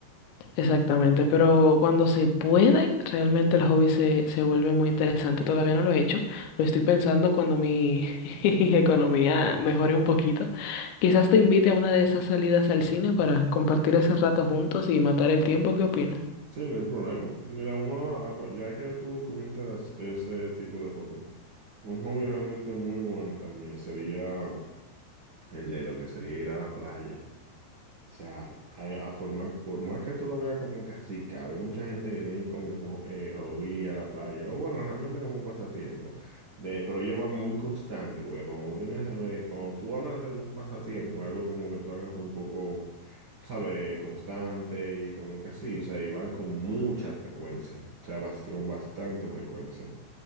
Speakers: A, on the left; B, on the right.
A: Exactamente, pero cuando se puede, realmente el hobby se, se vuelve muy interesante. Todavía no lo he hecho, lo estoy pensando cuando mi <laughs> economía mejore un poquito. Quizás te invite a una de esas salidas al cine para compartir ese rato juntos y matar el tiempo. ¿Qué opinas?
B: Sí, no hay problema. Mira, uno, ah, pues, ya que tú comentas ese tipo de hobby. Un hobby realmente muy bueno también sería el de lo que sería ir a la playa. O sea, a, a por más, por más que tú lo veas como que así caro, hay mucha gente que tienen como jo- eh, hobby ir a la playa, o bueno, realmente como pasatiempo. De, pero lleva muy constante, porque cuando tú tienes, eh, cuando tú hablas de algún pasatiempo, algo como que tú hagas un poco, ¿sabes? Constante y como que así, o sea, y van con mucha frecuencia, o sea, bast- con bastante frecuencia.